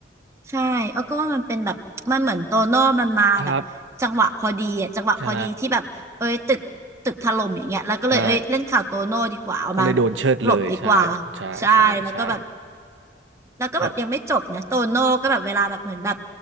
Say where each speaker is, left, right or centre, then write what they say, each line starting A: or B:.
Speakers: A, on the right; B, on the right.
A: ใช่เออก็ว่ามันเป็นแบบมันเหมือนโตโน่มันมาแบบจังหวะพอดีอ่ะจังหวะพอดีที่แบบเอ้ยตึกตึกถล่มอย่างเงี้ยแล้วก็เลยเอ้ยเล่นข่าวโตโน่ดีกว่าเอามาแบบกลบดีกว่า
B: ครับใช่ใช่ก็เลยโดนเชิดเลยใช่ใช่ใช่ใช่
A: ใช่ แล้วก็แบบแล้วก็แบบยังไม่จบนะโตโน่ก็แบบเวลาแบบเหมือนแบบ
B: ก็